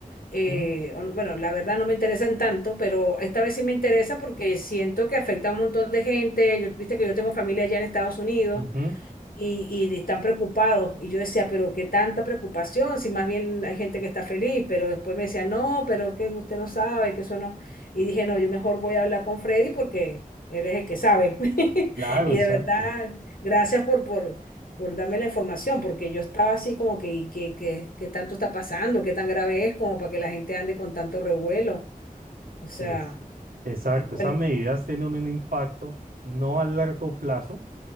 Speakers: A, on the left; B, on the right.
A: eh,
B: ¿no?
A: o- no, bueno, la verdad no me interesan tanto, pero esta vez sí me interesa porque siento que afecta a un montón de gente. Yo, viste que yo tengo familia allá en Estados Unidos
B: Ujú,
A: y, y están preocupados. Y yo decía, pero qué tanta preocupación, si más bien hay gente que está feliz, pero después me decía, no, pero es que usted no sabe, que eso no. Y dije, no, yo mejor voy a hablar con Freddy porque él es el que sabe. <laughs>
B: Claro,
A: Y
B: exacto.
A: de verdad, gracias por, por, por darme la información, porque yo estaba así como que, ¿y qué, qué, qué tanto está pasando? ¿Qué tan grave es como para que la gente ande con tanto revuelo? O sea,
B: Es, exacto.
A: y bueno,
B: Esas medidas tienen un impacto no a largo plazo